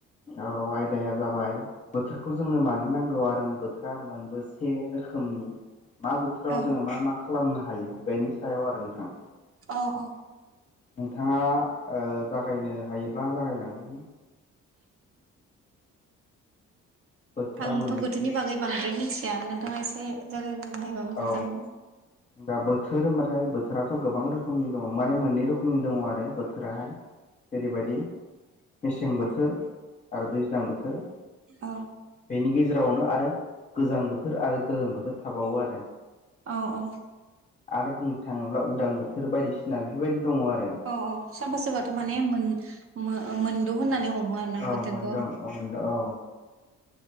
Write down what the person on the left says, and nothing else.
औ आयदाया जाबाय बोथोरखौ जोंनो मानो नांगौ आरो बोथोरा मोनबेसे रोखोमनि मा बोथोराव
जोङो मा मा खालामनो हायो बेनि सायाव आरो नोंथां।
नोंथाङा ओ जागायनो हायोब्ला जागायलांदों बोथोरा
मोनबेसे
औ
दा बोथोर होनबाथाय बोथोराथ' गोबां रोखोमनि दङ' माने मोननै रखमनि दङ' आरो बोथोराहाय जेरैबायदि मेसें
बोथोर आरो दैज्लां बोथोर
बेनि गेजेरावनो आरो गोजां बोथोर आरो गोलोम बोथोर थाबावो आरो
आरो बुंनो थाङोब्ला उदां बोथोर बायदिसिना बेफोरबायदि दङ आरो।
औ
मोनदों औ मोनदों औ